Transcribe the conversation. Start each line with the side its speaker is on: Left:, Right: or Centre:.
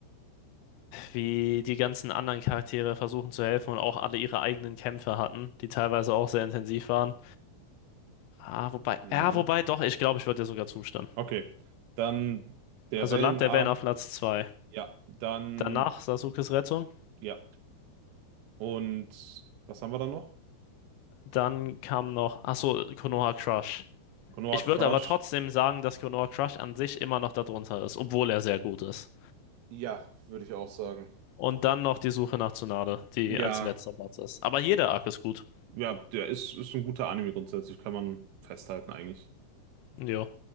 Left: wie die ganzen anderen Charaktere versuchen zu helfen und auch alle ihre eigenen Kämpfe hatten, die teilweise auch sehr intensiv waren. Ah, wobei,
Right: Ja.
Left: ja, wobei doch, ich glaube, ich würde dir sogar zustimmen.
Right: Okay, dann der
Left: Also
Right: Wellen-Arc.
Left: Land der Wellen auf Platz 2.
Right: Ja, dann,
Left: Danach Sasukes Rettung.
Right: ja. Und was haben wir da noch?
Left: Dann kam noch, ach so, Konoha Crush.
Right: Konoha
Left: Ich
Right: Crush.
Left: würde aber trotzdem sagen, dass Konoha Crush an sich immer noch darunter ist, obwohl er sehr gut ist.
Right: Ja, würde ich auch sagen.
Left: Und dann noch die Suche nach Tsunade, die
Right: Ja,
Left: als letzter Platz ist. Aber jeder Arc ist gut.
Right: ja, der ist, ist ein guter Anime grundsätzlich, kann man festhalten eigentlich.
Left: Jo.